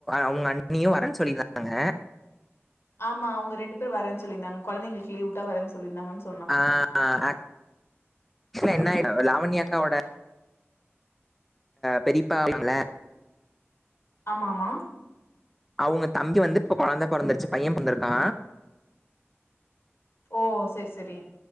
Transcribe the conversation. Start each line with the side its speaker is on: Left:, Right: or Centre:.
Centre: அவங்க அண்ணியு வரேன் சொல்லிருந்தாங்க
Left: ஆமா அவுங்க இரண்டு பேர் வரன் சொல்லிருந்தாங்க கொழந்தைங்களுக்கு லீவு விட்டா வரன் சொல்லி இருந்தாங்கன் சொல்
Centre: ஆ ஆ ஆக் என்ன ஆட லாவண்ய அக்கோட பெரிப்பங்கல
Left: ஆம ஆமா
Centre: அவுங்க தம்பி வந்து இப்ப கொழந்தா பொறந்தருச்சு பையன் பொறந்திருக்கா
Left: ஓ சேர் சேரி